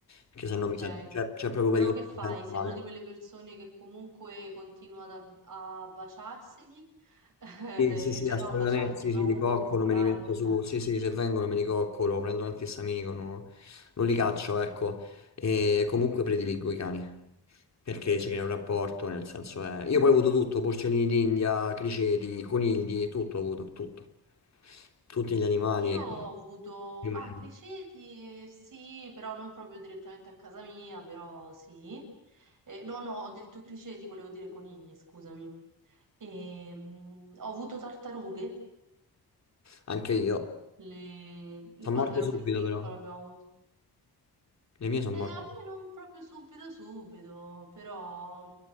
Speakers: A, on the left; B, on the right.
A: perché se
B: Ok.
A: no mi sento, cioè, c'è proprio
B: Però
A: pericolo
B: che
A: che
B: fai?
A: mi sento
B: Sei
A: male.
B: una di quelle persone che comunque continua ad ab- a baciarseli, <laughs>
A: Sì,
B: Eh,
A: sì, sì,
B: cioè
A: assolutamente,
B: no a baciarseli,
A: sì,
B: però
A: sì,
B: comunque
A: li coccolo,
B: a coccolarli.
A: me li metto su,
B: eh.
A: sì, sì, se vengono me li coccolo, prendo un antistaminico, non, non li caccio, ecco, e comunque prediligo i cani, perché c'è un rapporto, nel senso è... Io poi ho avuto tutto, porcellini d'India, criceti, conigli, tutto ho avuto, tutto, tutti gli animali,
B: Io ho avuto,
A: Dimmi.
B: ah, criceti, eh, sì, però non proprio direttamente a casa mia, però sì. Eh, no, no, ho detto criceti, volevo dire conigli, scusami. Ehm, ho avuto tartarughe,
A: anche io,
B: le-
A: sono
B: quando
A: morte
B: ero
A: subito
B: più piccola
A: però,
B: abbiamo
A: le mie sono
B: Eh,
A: morte
B: a me non proprio subito subito, però,